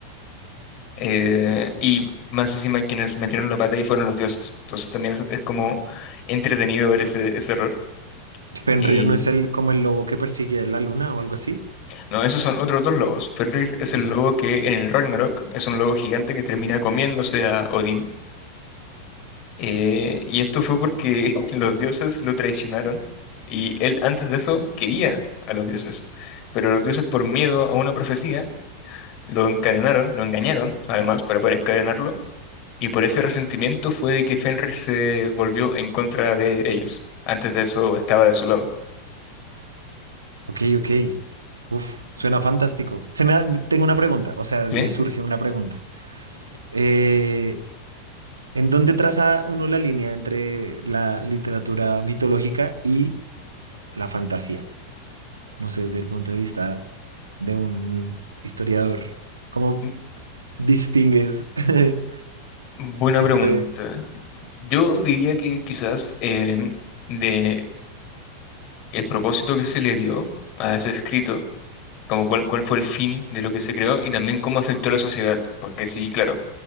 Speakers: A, on the left; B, on the right.
A: Eh, y más encima, quienes metieron la pata ahí fueron los dioses. Entonces, también es, es como entretenido ver ese, ese error.
B: Fenrir
A: Eh,
B: no es el como el lobo que persigue la luna o algo así.
A: no, esos son otros dos lobos. Fenrir es el
B: Es.
A: lobo que en el Ragnarok es un lobo gigante que termina comiéndose a Odín Eh, y esto fue porque <laughs> los dioses lo traicionaron y él antes de eso quería a los dioses, pero los dioses por miedo a una profecía lo encadenaron, lo engañaron además para poder encadenarlo y por ese resentimiento fue de que Fenrir se volvió en contra de ellos. Antes de eso estaba de su lado.
B: Ok, ok. Uf, suena fantástico. Se me ha- tengo una pregunta, o sea,
A: ¿Sí?
B: me surge una pregunta. Eh, ¿en dónde traza uno la línea entre la literatura mitológica y la fantasía? No sé, desde el punto de vista de un historiador, ¿cómo
A: Mm,
B: distingues <laughs>
A: Buena
B: esto
A: pregunta.
B: de...
A: Yo diría que quizás em, de el propósito que se le dio a ese escrito como cuál, cuál fue el fin de lo que se creó y también cómo afectó a la sociedad. Porque sí, claro,